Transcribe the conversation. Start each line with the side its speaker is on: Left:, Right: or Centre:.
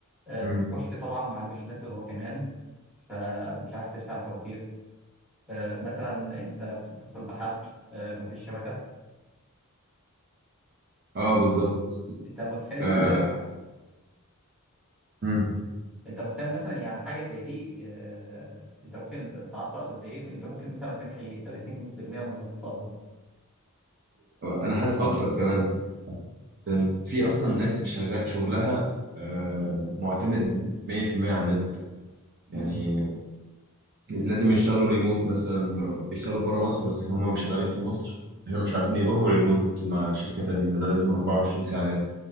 Centre: آه،
Right: مم.
Centre: الكشك طبعا ما عندوش نت هو كمان فمش عارف تدفع الفواتير آه، مثلا انت بتتصل بحد آه، مفيش شبكة
Right: اه بالظبط
Centre: انت متخيل
Right: آه،
Centre: مثلا
Right: مم.
Centre: انت متخيل مثلا يعني حاجة زي دي آه، انت ممكن تعطل قد ايه انت ممكن مثلا تمحي 30% من الاقتصاد
Right: انا حاسس اكتر كمان لان في اصلا ناس شغا- شغلها آه، معتمد 100% على النت
Centre: مثلا
Right: يعني لازم يشتغلوا ريموت مثلا بيشتغلوا بره مصر بس هم شغالين في مصر احنا مش عارفين يروحوا ريموت مع شركة تانية فده لازم 24 ساعة